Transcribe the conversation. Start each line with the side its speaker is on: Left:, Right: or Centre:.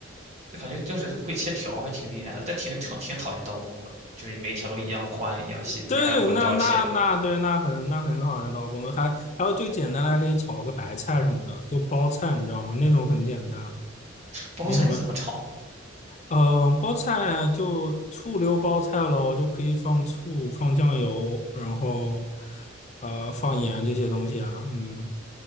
Right: 就感觉就是会切条儿还挺厉害的，但挺挺挺讨厌刀工的，就是每一条都一样宽一样细，
Left: 对对对，
Right: 并且还要滚刀切。
Left: 那那那对，那很那很好的刀工了，还还有最简单的，还可以炒个白菜什么的，就包菜，你知道吗？那种很简单，
Right: 包菜你怎么炒？
Left: 没什么。嗯、呃包菜就醋溜包菜喽，就可以放醋、放酱油，然后呃放盐这些东西啊。嗯，